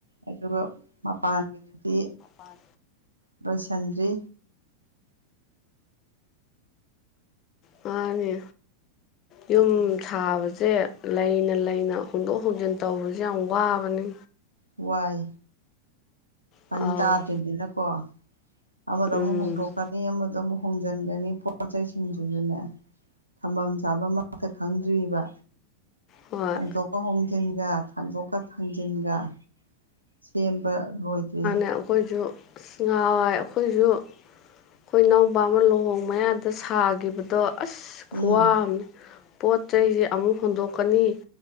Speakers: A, on the right; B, on the left.
A: ꯑꯗꯨꯒ ꯃꯄꯥꯟꯒꯤꯗꯨꯗꯤ
B: ꯃꯥꯟ
A: ꯂꯣꯏꯁꯟꯗ꯭ꯔꯤ
B: ꯃꯥꯅꯦ ꯌꯨꯝ
A: ꯎꯝ
B: ꯁꯥꯕꯖꯦ ꯂꯩꯅ ꯂꯩꯅ ꯍꯣꯡꯗꯣꯛ ꯍꯣꯡꯖꯤꯟ ꯇꯧꯕꯖꯦ ꯌꯥꯝ ꯋꯥꯕꯅꯤ
A: ꯋꯥꯏ ꯇꯪ
B: ꯑꯥꯎ
A: ꯇꯥꯗ꯭ꯔꯤꯝꯅꯤꯅꯀꯣ ꯑꯃꯗ
B: ꯎꯝ
A: ꯑꯃꯨꯛ ꯍꯣꯡꯗꯣꯛꯀꯅꯤ ꯑꯃꯗ ꯑꯃꯨꯛ ꯍꯣꯡꯖꯤꯟꯒꯅꯤ ꯄꯣꯠꯆꯩꯁꯤꯡꯖꯤꯖꯨꯅꯦ ꯊꯝꯕꯝ ꯆꯥꯕꯝ ꯑꯝꯇ ꯈꯪꯗ꯭ꯔꯤꯕ
B: ꯍꯣꯏ
A: ꯍꯣꯡꯗꯣꯛꯀ ꯍꯣꯡꯖꯤꯟꯒ ꯊꯥꯡꯗꯣꯛꯒ ꯊꯥꯡꯖꯤꯟꯒ ꯁꯦꯝꯕ ꯂꯣꯏꯗ꯭ꯔꯤ
B: ꯑꯩꯈꯣꯏꯖꯨ ꯅꯍꯥꯋꯥꯏ ꯑꯩꯈꯣꯏꯖꯨ ꯑꯩꯈꯣꯏ ꯏꯅꯥꯎꯄꯥ ꯑꯃ ꯂꯨꯍꯣꯡ ꯃꯌꯥꯗ ꯁꯥꯒꯤꯕꯗꯣ ꯑꯁ
A: ꯎꯝ
B: ꯈꯨꯋꯥ ꯑꯝꯅꯤ ꯄꯣꯠ ꯆꯩꯖꯦ ꯑꯃꯨꯛ ꯍꯨꯟꯗꯣꯛꯀꯅꯤ